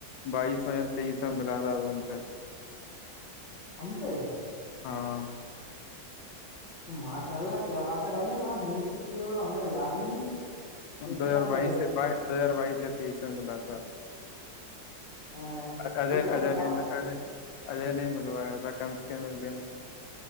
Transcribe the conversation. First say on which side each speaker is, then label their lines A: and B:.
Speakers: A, on the left; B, on the left.
A: بائیسو یا تیسو بلا رہا ہے و سے
B: ہمم سےے
A: ہاں
B: تو ماشاء اللہ کیا بات ہے بھائی جان آپ مل سکے ہو اور ہمیں یاد ہی نہیں ہے کیسی
A: دو
B: بات
A: ہزار
B: کر
A: بائیس
B: رہے ہو
A: سے
B: آپ؟
A: بائی دو ہزار بائیس سے تیس میں بلااتا
B: ایں، ایک
A: اے
B: بار
A: اے
B: بتاؤ
A: نہیں
B: تو۔
A: اے اجے نہیں ملوا ای تھاا کم سے ملا